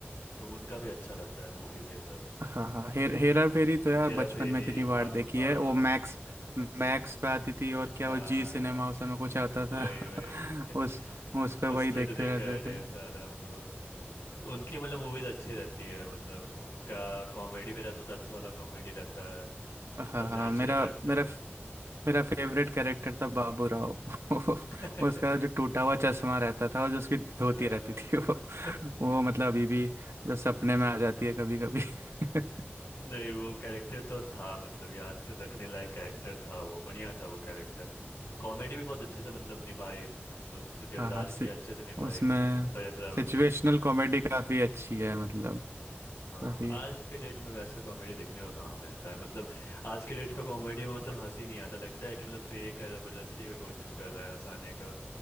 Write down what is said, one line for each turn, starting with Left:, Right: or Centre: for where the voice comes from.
Left: तो उनका भी अच्छा रहता है मूवीज ये सब
Right: हाँ हाँ हाँ। हेर हेरा फेरी तो यार
Left: हेरा
Right: बचपन
Left: फेरी
Right: में इतनी बार
Left: भागम
Right: देखी
Left: भाग
Right: है वो मैक्स
Left: <laughs>
Right: मैक्स पे आती थी और क्या
Left: हाँ
Right: वो जी सिनेमा उस समय कुछ आता था
Left: वही वही
Right: <laughs> उस
Left: <laughs>
Right: उस पे वही
Left: उस
Right: देखते
Left: पे तो देखा
Right: रहते
Left: है ढेर
Right: थे
Left: सारा हम तो उनकी मतलब मूवीज अच्छी रहती है मतलब उनका कॉमेडी भी रहता था अच्छा वाला कॉमेडी रहता है
Right: हाँ
Left: सब
Right: हाँ
Left: नेचुरल
Right: मेरा
Left: लगता
Right: मेरा
Left: है हम्म।
Right: मेरा फेवरेट कैरेक्टर था बाबू राव
Left: <laughs>
Right: <laughs> उसका जो टूटा हुआ चश्मा रहता था और जो उसकी धोती
Left: अ,
Right: रहती थी <laughs> वो
Left: <laughs>
Right: वो मतलब अभी भी जो सपने में आ जाती है कभी कभी <laughs>
Left: नहीं वो कैरेक्टर तो था मतलब याद रखने लायक कैरेक्टर था वो बढ़िया था वो कैरेक्टर कॉमेडी भी बहुत अच्छे से मतलब निभाई उस किरदार
Right: हाँ हाँ सि,
Left: की अच्छे से निभाई
Right: उसमें
Left: परेश रावल
Right: सिचुएशनल
Left: जी ने
Right: कॉमेडी काफी अच्छी है मतलब
Left: हाँ
Right: काफी
Left: आज के डेट में वैसा कॉमेडी देखने को कहाँ मिलता है मतलब आज के डेट का कॉमेडी में मतलब हंसी नहीं आता लगता है कि मतलब फेक है ज़बरदस्ती का कोशिश कर रहे हैं हंसाने का